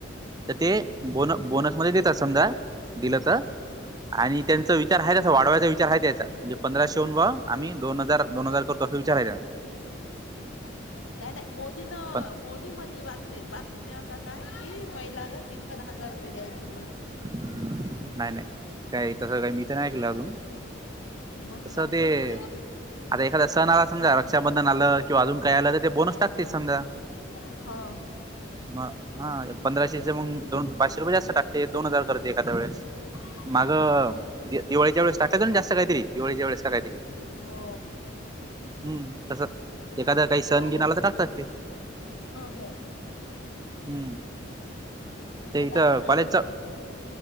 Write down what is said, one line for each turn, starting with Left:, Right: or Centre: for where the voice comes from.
Right: तर ते बोन बोनसमध्ये देतात समजा
Left: हम्म
Right: दिलं तर आणि त्यांचा विचार आहे तस वाढवायाचा विचार आहे त्यांचा म्हणजे पंधराशे हून बुवा आम्ही दोन हजार, दोन हजार करतो असा विचार आहे त्यांचा
Left: नाही, नाही मोदी न
Right: पण
Left: मोदी म्हणे वाटते बात बातमीवर का काय कि महिलाला तीन, तीन हजार रुपये द्यायचे म्हण
Right: नाही, नाही काही तसं काही मी तर नाही ऐकलं अजून
Left: म्हण
Right: तसं
Left: लागलं
Right: ते
Left: पण
Right: आता एखादा सण आलास समजा रक्षाबंधन आलं किंवा अजून काही आलं तर ते बोनस टाकतेच समजा
Left: हो
Right: मग हा पंधराशे मग दोन पाचशे रुपये जास्त टाक ते दोन हजार करते एखाद वेळेस
Left: हम्म हम्म
Right: मागं दिवाळीच्या वळेस टाकले होते ना जास्त काहीतरी दिवाळीच्या वेळेस का काहीतरी
Left: हो
Right: हम्म तसं एखादा काही सण
Left: हो
Right: गीन आला तर टाकतात ते
Left: हो
Right: हम्म ते
Left: आज
Right: इथं
Left: आले ना
Right: कॉलेजच
Left: घरी मग